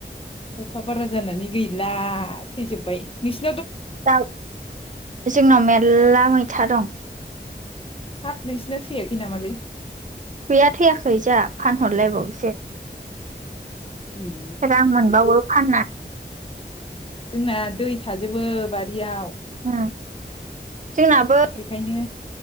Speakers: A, on the left; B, on the right.
A: अखा बारा जानानै गैला थैजोबबाय नोंसि
B: दाउ जोंनाव मेर्ला मैथा दं।
A: हाब नोंसिना थैयाखै नामालै
B: गैया थैयाखै जोहा फानहरलायबावसो
A: ए
B: रां मोनबावो फाननानै
A: जोंना दै थाजोबो बारियाव
B: उम जोंनाबो
A: बेखायनो